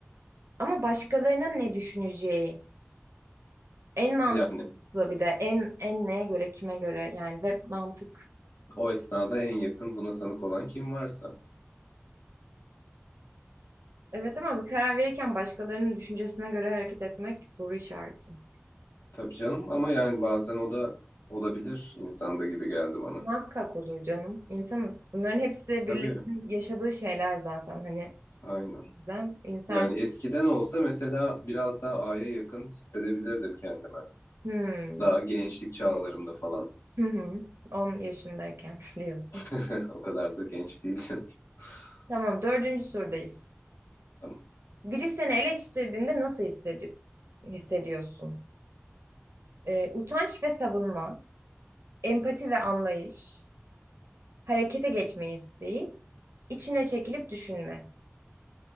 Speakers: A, on the right; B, on the left.
A: Ama başkalarının ne düşüneceği en mantıklısı
B: Yani
A: bir de en en neye göre kime göre yani ve mantık.
B: o esnada en yakın buna tanık olan kim varsa.
A: Evet ama bir karar verirken başkalarının düşüncesine göre hareket etmek soru işareti.
B: Tabii canım ama yani bazen o da olabilir insanda gibi geldi bana.
A: Muhakkak olur canım. İnsanız. Bunların hepsi
B: Tabii
A: birlikte yaşadığı şeyler zaten. Hani
B: aynen.
A: bizden insan
B: Yani eskiden olsa mesela biraz daha A'ya yakın hissedebilirdim kendime.
A: Hmm.
B: Daha gençlik çağlarımda falan.
A: Hı hı. 10 yaşındayken <laughs> diyorsun.
B: <laughs> O kadar da genç değilsin. <laughs>
A: Tamam, dördüncü sorudayız.
B: Tamam.
A: Biri seni eleştirdiğinde nasıl hissedi hissediyorsun? Ee, utanç ve savunma, empati ve anlayış, harekete geçme isteği, içine çekilip düşünme.